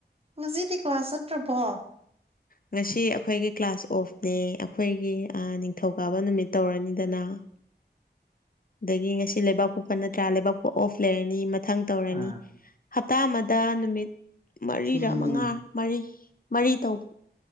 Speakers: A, on the right; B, on the left.
A: ꯉꯁꯤꯗꯤ ꯀ꯭ꯂꯥꯁ ꯆꯠꯇ꯭ꯔꯕꯣ
B: ꯉꯁꯤ ꯑꯩꯈꯣꯏꯒꯤ ꯀ꯭ꯂꯥꯁ ꯑꯣꯐꯅꯦ ꯑꯩꯈꯣꯏꯒꯤ ꯑꯥ ꯅꯤꯡꯊꯧꯀꯥꯕ ꯅꯨꯃꯤꯠ ꯇꯧꯔꯅꯤꯗꯅ ꯑꯗꯒꯤ ꯉꯁꯤ ꯂꯩꯕꯥꯛꯄ‌ꯣꯛꯄ ꯅꯠꯇ꯭ꯔꯥ ꯂꯩꯕꯥꯛꯄ‌ꯣꯛ ꯑꯣꯐ ꯂꯩꯔꯅꯤ ꯃꯊꯪ ꯇꯧꯔꯅꯤ
A: ꯑꯥ
B: ꯍꯞꯇꯥ ꯑꯃꯗ ꯅꯨꯃꯤꯠ ꯃꯔꯤꯔꯥ
A: ꯍꯨꯝꯅꯤ
B: ꯃꯉꯥ ꯃꯔꯤ ꯃꯔꯤ ꯇꯧꯕ